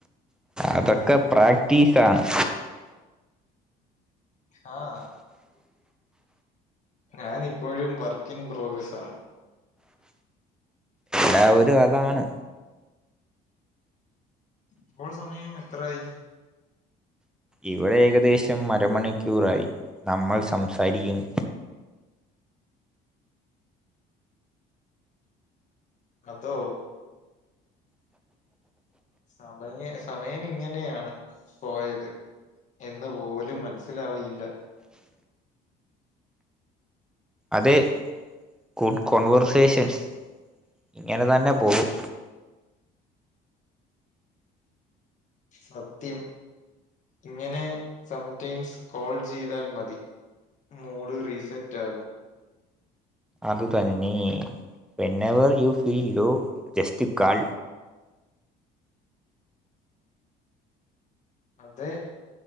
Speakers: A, in the centre; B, on the left (about 45°).
A: അതൊക്കെ പ്രാക്ടിസാണ്
B: ആഹ് ഞാനിപ്പോഴും വർക്കിൻ പ്രോഗ്രസ്സാണ്.
A: ല്ലാവരു അതാണ്
B: ഇപ്പോൾ സമയം എത്രായി?
A: ഇവിടെ ഏകദേശം അരമണിക്കൂറായി നമ്മൾ സംസാരിക്കുന്ന്.
B: അതോ
A: <inaudible>
B: സമയ സമയമിങ്ങനെയാണ് പോയത്. എന്ന് പോലും മനസ്സിലാവയില്ല.
A: അതെ ഗുഡ് കോൺവെർസേഷൻസ് ഇങ്ങനെ തന്നെ പോകും.
B: സത്യം ഇങ്ങനെ സം ടൈംസ് കോൾ ചെയ്താൽ മതി. മൂഡ് റീസെറ്റാകും.
A: അത് തന്നെ whenever you feel low just call
B: അതെ